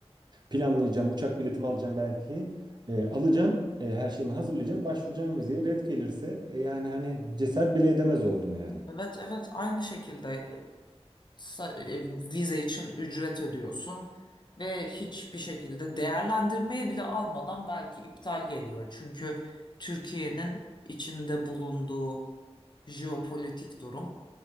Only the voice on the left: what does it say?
Evet evet aynı şekilde. sa- e, vize için ücret ödüyorsun ve hiçbir şekilde değerlendirmeye bile almadan belki iptal geliyor. Çünkü Türkiye'nin içinde bulunduğu jeopolitik durum